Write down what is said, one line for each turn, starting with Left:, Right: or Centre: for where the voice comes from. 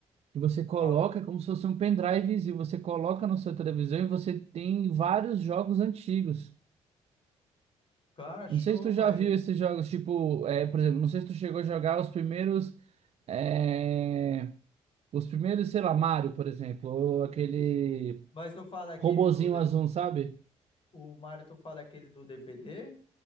Right: que você coloca
Left: Qual?
Right: como se fosse um pendrive, e Você coloca na sua televisão e você tem vários jogos antigos.
Left: Cara, show,
Right: Não sei se tu
Left: mas.
Right: já viu esses jogos, tipo, é, por exemplo, não sei se tu chegou a jogar os primeiros. é, os primeiros, sei lá, Mario, por exemplo, ou aquele
Left: Mas tu fala aquele
Right: Robozinho
Left: do. D-
Right: azul,
Left: V
Right: sabe?
Left: O Mario, tu fala aquele do DVD?